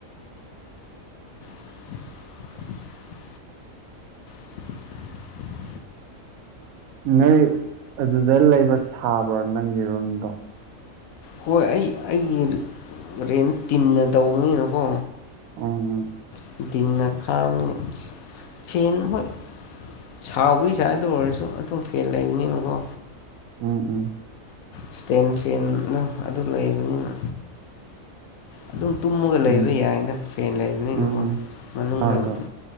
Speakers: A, on the left; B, on the right.
A: <inaudible> <inaudible>
B: ꯅꯣꯏ ꯑꯗꯨꯗ ꯂꯩꯕ ꯁꯥꯕ꯭ꯔꯣ ꯅꯪꯒꯤ ꯔꯨꯝꯗꯣ
A: ꯍꯣꯏ ꯑꯩ ꯑꯩꯒꯤ ꯔꯦꯟ ꯇꯤꯟꯅ ꯇꯧꯕꯅꯤꯅꯀꯣ
B: ꯎꯝ ꯎꯝ
A: <unintelligible> ꯁꯥꯎꯕꯒꯤꯁꯥ ꯑꯗꯨ ꯑꯣꯏꯔꯁꯨ ꯑꯗꯨꯝ ꯐꯦꯟ ꯂꯩꯕꯅꯤꯅꯀꯣ
B: ꯎꯝ ꯎꯝ
A: ꯏꯁꯇꯦꯟꯐꯦꯟꯗꯣ ꯑꯗꯨ ꯂꯩꯕꯅꯤꯅ ꯑꯗꯨꯝ ꯇꯨꯝꯃꯒ
B: ꯎꯝ
A: ꯂꯩꯕ ꯌꯥꯏꯅ ꯐꯦꯟ ꯂꯩꯕꯅꯤꯅꯀꯣ
B: ꯎꯝ ꯎꯝ
A: ꯃꯅꯨꯡꯗꯕꯨꯗꯤ
B: ꯍꯣꯏ ꯍꯣꯏ